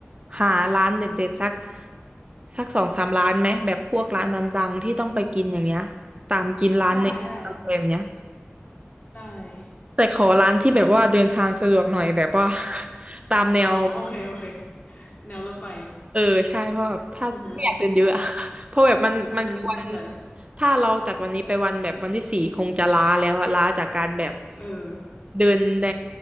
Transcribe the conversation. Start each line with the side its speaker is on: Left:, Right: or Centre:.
Right: หาร้านเด็ดๆสักสักสองสามร้านไหมแบบพวกร้านดังๆที่ต้องไปกินอย่างเงี้ยตามกินร้านในอะไรแบบเนี้ย
Left: ได้ได้ ได้
Right: แต่ขอร้านที่แบบว่าเดินทางสะดวกหน่อยแบบว่า <laughs> ตามแนว
Left: อ๋อ โอเคโอเค แนวรถไฟ
Right: เออใช่เพราะแบบถ้าไม่อยากเดินเยอะอะ
Left: อือหือ
Right: <laughs> เพราะแบบมันมันคือวัน
Left: อือหือเข้าใจ
Right: ถ้าเราจัดวันนี้ไปวันแบบวันที่สี่คงจะล้าแล้วอะล้าจากการแบบ
Left: เออ
Right: เดินใน